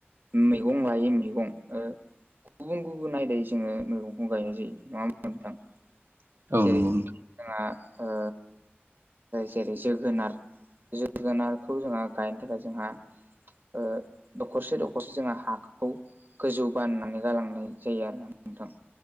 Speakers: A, on the right; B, on the right.
A: मैगं लायो मैगं ओ गुबुन गुबुन आयदायै जोङो मैगंखौ गायनाय जायो नङा होमबा नोंथां
B: औ
A: जेरै
B: नंगौ नोंथां
A: जोंहा ओ जेरै जोगोनार जोगोनारखौ जोंहा गायनो थाखाय जोंहा ओ दखरसे दखरसे जोङो हाखौ गोजौ बाननानै गालांनाय जायो आरो नोंथां